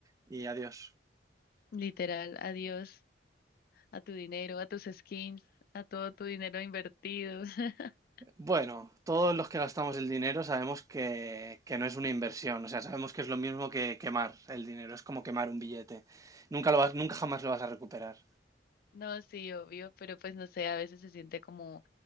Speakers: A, on the right (about 20°); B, on the left (about 55°).
A: y adiós.
B: Literal, adiós. a tu dinero, a tus skins, a todo tu dinero invertido. <laughs>
A: Bueno, todos los que gastamos el dinero sabemos que, que no es una inversión, o sea, sabemos que es lo mismo que quemar el dinero, es como quemar un billete. Nunca lo vas, nunca jamás lo vas a recuperar.
B: No, sí, obvio, pero pues no sé, a veces se siente como